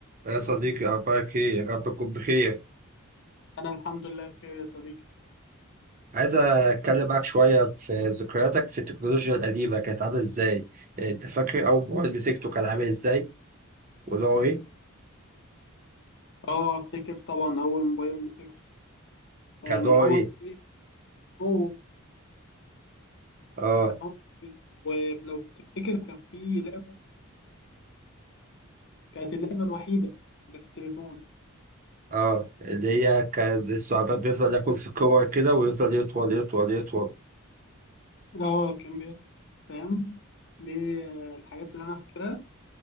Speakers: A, on the right; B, on the left.
A: يا صديقي أخبارك إيه؟ يا رب تكون بخير،
B: انا الحمد لله بخير يا صديقي
A: عايز أتكلم معاك شوية في ذكرياتك في التكنولوجيا القديمة كانت عاملة إزاي؟ يعني أنت فاكر أول موبايل مسكته كان عامل إزاي؟ ونوعه إيه؟
B: اه افتكر طبعا اول موبايل مسكته يعني
A: كان نوعه
B: اول
A: إيه؟
B: موبايل هو
A: آه
B: كان هو موبايل. ولو تفتكر كان في لعبه كانت اللعبه الوحيده اللي في التليفون
A: آه اللي هي كان الثعبان بيفضل ياكل في الكور كده ويفضل يطول يطول يطول
B: اه كان بيت فاهم دي آه، الحاجات اللي انا فاكرها